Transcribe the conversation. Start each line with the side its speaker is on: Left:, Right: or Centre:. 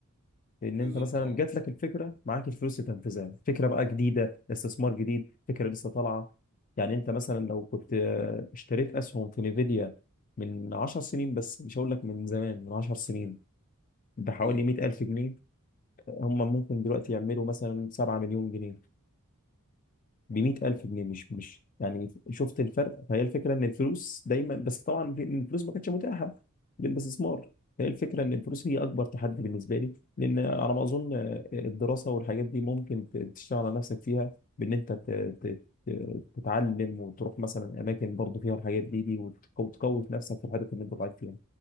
Left: لان
Right: بالظبط
Left: انت مثلا
Right: اه
Left: جات لك الفكره معاك الفلوس تنفذها فكره بقى جديده استثمار جديد فكره لسه طالعه يعني انت مثلا لو كنت آه، اشتريت اسهم في نيفيديا من 10 سنين بس مش هقول لك من زمان من 10 سنين بحوالي
Right: امم
Left: 100000 جنيه هم ممكن دلوقتي يعملوا مثلا 7 مليون جنيه بمية ألف جنيه مش مش يعني شفت الفرق فهي الفكرة إن الفلوس دايما بس طبعا الفلوس ما كانتش متاحة للاستثمار هي الفكرة إن الفلوس هي أكبر تحدي بالنسبة لي لأن على ما أظن آه، الدراسة والحاجات دي ممكن ت- تشتغل على نفسك فيها بإن أنت ت- ت- ت- تتعلم وتروح مثلا أماكن برضه فيها الحاجات دي دي وتقو- وتقوي في نفسك في الحاجات اللي أنت ضعيف فيها